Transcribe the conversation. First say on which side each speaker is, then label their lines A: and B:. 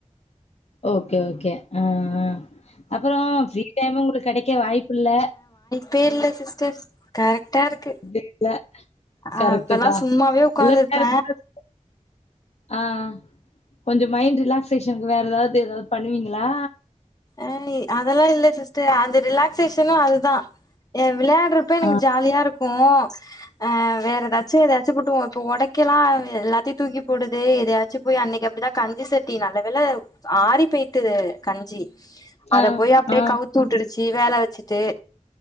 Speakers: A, on the left; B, on the left.
A: ஓகே ஓகே அ அ அப்புறோ ஃப்ரீ டைமு உங்களுக்கு கடைக்க வாய்ப்பில்ல
B: பேர்ல சிஸ்டர் க ட்டா இருக்கு
A: இல்ல.
B: ஆ
A: கரெக்ட்டு
B: அப்பெல்லா
A: தான்.
B: சும்மாவே உக்காந்திருப்ப
A: இல்ல பேரண்ட்ஸ் ஆ கொஞ்சோ மைண்ட் ரிலக்சேஷனுக்கு வேற ஏதாவது ஏதாது பண்ணுவீங்களா
B: ஐ அதெல்லா இல்ல சிஸ்டர் அந்த ரிலாக்சேஷனு அது தா ஏ விளையாடுறப்ப எனக்கு
A: ஆ
B: ஜாலியா இருக்கு அ வேற ஏதாச்சு ஏதாச் ச்சி புட்டுவோ இப்ப ஒடைக்கெல்லா எல்லாத்தையு தூக்கி போடுது எதையாச்சு போயி அன்னைக்கு அப்டிதா கஞ்சி சட்டி நல்ல வேள ஆறி பேய்ட்டு கஞ்சி அத
A: ஆ
B: போய் அப்டே
A: ஆ
B: கவுத்து உட்டுடுச்சி வேல வச்சிட்டு